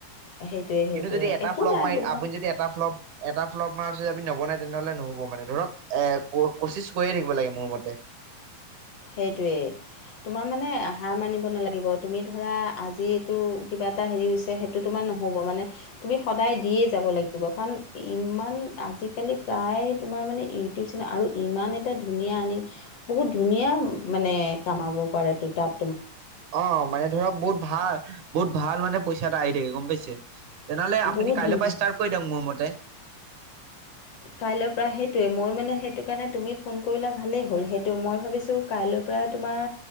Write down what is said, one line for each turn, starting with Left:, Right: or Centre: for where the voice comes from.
Left: সেইটোৱে সেইটোৱে
Right: কিন্তু যদি এটা
Left: একো
Right: ফ্লপ
Left: নাই
Right: মাই
Left: তোমাৰ
Right: আপুনি যদি এটা ফ্লপ এটা ফ্লপ মৰাৰ পিছত আপুনি নবনাই তেন্তে হ'লে নহ'ব মানে ধৰক এ ক কচিছ কৰিয়ে থাকিব লাগে মোৰ মতে। <inaudible>
Left: সেইটোৱেই। তোমাৰ মানে হাৰ মানিব নালাগিব তুমি ধৰা আজি এইটো কিবা এটা হেৰি হৈছে সেইটো তোমাৰ নহ'ব মানে, তুমি সদায় দিয়েই যাব লাগিব কাৰণ ইমান আজি কালি প্ৰায় তোমাৰ মানে ইটিউব চেনেল আৰু ইমান এটা ধুনীয়া আনিং বহুত ধুনীয়া মানে কামাব পাৰে দুটাত।
Right: অ', মানে ধৰক বহুত ভাল, বহুত ভাল মানে পইচা এটা আহি থাকে গম পাইছে? তেনেহ'লে আপুনি
Left: বহুত
Right: কাইলৈপা
Left: ধুনীয়া
Right: ইষ্টাৰ্ট কৰি দিয়ক মোৰ মতে
Left: কাইলৈ পৰা সেইটোয়ে মই মানে, সেইটোকাৰণে তুমি ফোন কৰিলা ভালেই হ'ল, সেইটো মই ভাবিছোঁ কাই লৈ পৰা তোমাৰ